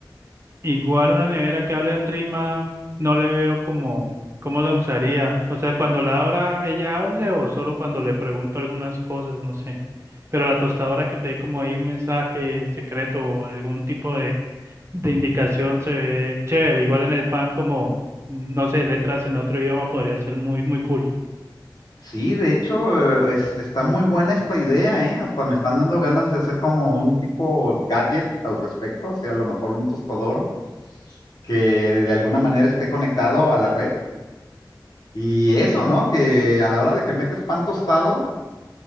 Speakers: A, on the right; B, on the left.
A: igual una nevera que hable en rima no le veo como cómo la usaría. O sea, cuando la abra ella hable o solo cuando le pregunto algunas cosas, no sé. Pero la tostadora que te dé como ahí un mensaje secreto o algún tipo de, de indicación se ve chévere. Igual en el pan como, no sé, letras en otro idioma podría ser muy, muy cool.
B: Sí, de hecho, eh, es- está muy buena esta idea, ¿eh? Hasta me están dando ganas de hacer como un tipo gadget al respecto, o sea, a lo mejor un tostador que de alguna manera esté conectado a la red. Y eso, ¿no? Que a la hora de que metes pan tostado,